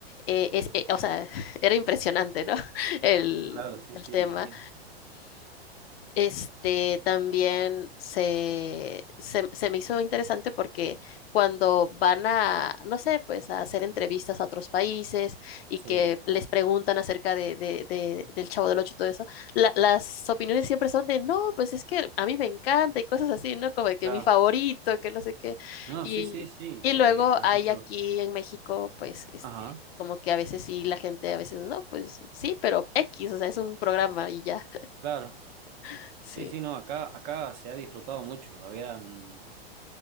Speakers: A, on the left (about 70°); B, on the right (about 45°).
A: eh, es, eh, o sea, <laughs> era impresionante, ¿no? <laughs> El,
B: claro, sí,
A: el
B: sí,
A: tema.
B: imagino.
A: Este también se, se, se me hizo interesante porque cuando van a, no sé, pues a hacer entrevistas a otros países y
B: Sí,
A: que les preguntan acerca de, de- de- del Chavo del Ocho y todo eso, la- las opiniones siempre son de, no, pues es que a mí me encanta y cosas así, ¿no? Como de que
B: claro.
A: mi favorito, que no sé qué.
B: No,
A: Y,
B: sí, sí, sí,
A: y
B: eh,
A: luego
B: por
A: hay
B: ejemplo,
A: aquí en México, pues, este,
B: ajá,
A: como que a veces sí, la gente a veces no, pues sí, pero X, o sea, es un programa y ya,
B: claro.
A: <laughs> sí.
B: Sí, sí, no, acá, acá se ha disfrutado mucho. Habían